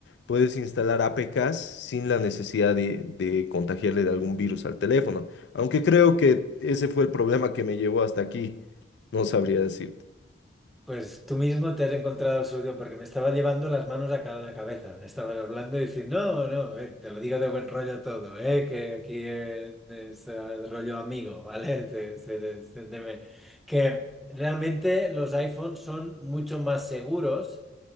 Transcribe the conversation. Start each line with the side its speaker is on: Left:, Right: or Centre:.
Left: puedes instalar APKs sin la necesidad de, de contagiarle de algún virus al teléfono. Aunque creo que ese fue el problema que me llevó hasta aquí. No sabría decirte.
Centre: Pues tú mismo te has encontrado la solución, porque me estaba llevando las manos a cada cabeza. Estaba hablando y diciendo, no, no, eh, te lo digo de buen rollo todo, eh, que aquí eh, es eh, rollo amigo, ¿vale? <laughs> Se- se- se- de me- Que realmente los iPhones son mucho más seguros